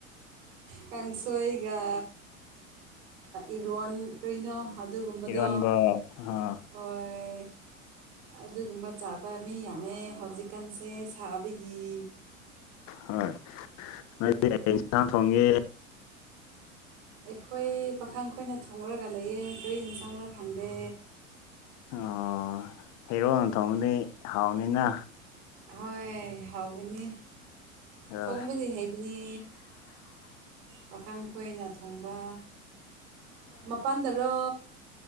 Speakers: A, on the right (about 55°); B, on the left (about 45°).
A: ꯀꯥꯡꯁꯣꯏꯒ ꯏꯔꯣꯟ ꯔꯔꯤꯅꯣ ꯑꯗꯨꯒꯨꯝꯕꯗꯣ
B: ꯏꯔꯣꯟꯕ ꯑꯥ
A: ꯑꯣꯏ ꯑꯗꯨꯒꯨꯝꯕ ꯆꯥꯕ ꯃꯤ ꯌꯥꯝꯃꯦ ꯍꯧꯖꯤꯛꯀꯥꯟꯁꯦ ꯁꯥꯕꯒꯤ
B: ꯍꯣꯏ ꯅꯣꯏꯗꯤ ꯍꯌꯦꯡ ꯁꯟꯁꯥ ꯊꯣꯡꯒꯤ
A: ꯑꯩꯈꯣꯏ ꯄꯥꯈꯪ ꯑꯩꯈꯣꯏꯅ ꯊꯣꯡꯡꯂꯒ ꯂꯩꯌꯦ ꯀꯔꯤꯅ ꯆꯪꯕ ꯈꯪꯗꯦ
B: ꯑꯣ ꯍꯦꯔꯣꯟ ꯅ ꯊꯣꯡꯕꯗꯤ ꯍꯥꯎꯅꯤꯅ
A: ꯍꯣꯏ ꯍꯥꯎꯒꯅꯤ
B: ꯍꯣꯏ
A: ꯊꯣꯡꯕꯗꯤ ꯍꯩꯕꯅꯤ ꯄꯥꯈꯥꯡ ꯈꯣꯏꯅ ꯊꯣꯡꯕ ꯃꯄꯥꯟꯗꯔꯣ